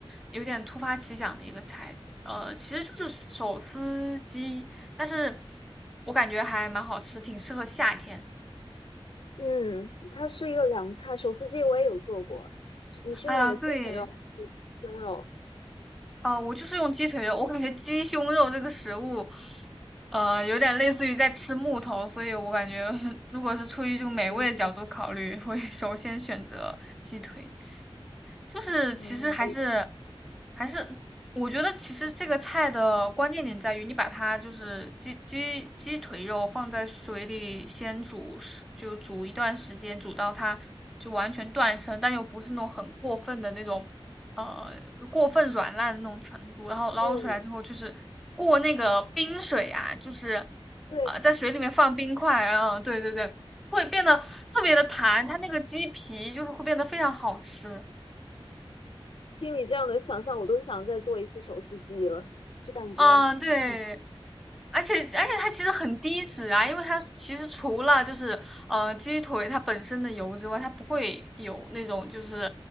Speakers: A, in the centre; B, on the left.
A: 有点突发奇想的一个菜，呃，其实就是手撕鸡，但是我感觉还蛮好吃，挺适合夏天。
B: 嗯，它是一个凉菜，手撕鸡我也有做过。是你是用的鸡腿肉还是胸肉？
A: 哎呀，对，啊，我就是用鸡腿肉，我感觉鸡胸肉这个食物，呃，有点类似于在吃木头，所以我感觉 <laughs> 如果是出于这个美味的角度考虑，
B: 嗯
A: 会首先选择鸡腿。就是其实还是
B: 嗯，我
A: 还是，我觉得其实这个菜的关键点在于，你把它就是鸡鸡鸡腿肉放在水里先煮十，就煮一段时间，煮到它就完全断生，但又不是那种很过分的那种，呃，过分软烂的那种程度。然后捞出来之后，
B: 是
A: 就是过那个冰水啊，就是
B: 对，
A: 呃，在水里面放冰块，嗯，对对对，会变得特别的弹，它那个鸡皮就是会变得非常好吃。
B: 听你这样的想象，我都想再做一次手撕鸡了，就感觉。
A: 嗯，对，
B: 嗯。
A: 而且而且它其实很低脂啊，因为它其实除了就是呃鸡腿它本身的油之外，它不会有那种就是